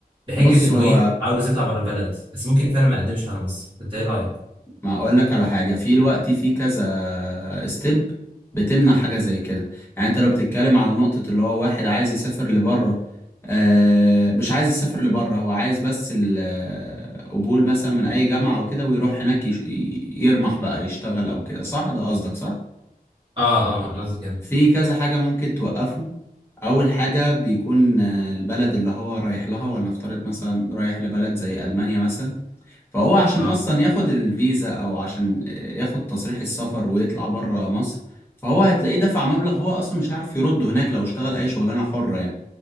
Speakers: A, on the right; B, on the left.
A: بحجه
B: بص
A: انه
B: هو
A: ايه عاوز يطلع بره البلد بس ممكن فعلا ما يقدمش على ماستر انت ايه رايك
B: ما اقول لك على حاجه في الوقت في كذا ستيب بتمنع حاجه زي كده يعني انت لو بتتكلم على نقطه اللي هو واحد عايز يسافر لبره آه مش عايز يسافر لبره هو عايز بس القبول مثلا من اي جامعه او كده ويروح هناك يش- يرمح بقى يشتغل او كده صح ده قصدك صح
A: اه اه انا قصدي كده
B: في كذا حاجه ممكن توقفه اول حاجه بيكون آه، البلد اللي هو رايح لها ولنفترض مثلا رايح لبلد زي المانيا مثلا فهو عشان
A: اه
B: اصلا ياخد الفيزا او عشان ياخد تصريح السفر ويطلع بره مصر فهو هتلاقيه دفع مبلغ هو اصلا مش عارف يرده هناك لو اشتغل اي شغلانه حره يعني